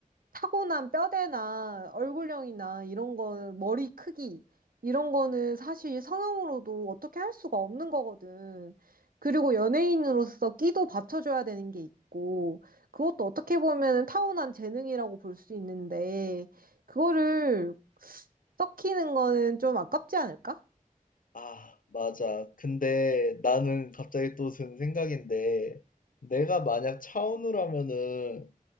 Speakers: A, on the right; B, on the left.
A: 타고난 뼈대나 얼굴형이나 이런 거는 머리 크기 이런 거는 사실 성형으로도 어떻게 할 수가 없는 거거든. 그리고 연예인으로서 끼도 받쳐줘야 되는 게 있고 그것도 어떻게 보면 타고난 재능이라고 볼 수 있는데 그거를 썩히는 거는 좀 아깝지 않을까?
B: 아, 맞아. 근데 나는 갑자기 또 든 생각인데, 내가 만약 차은우라면은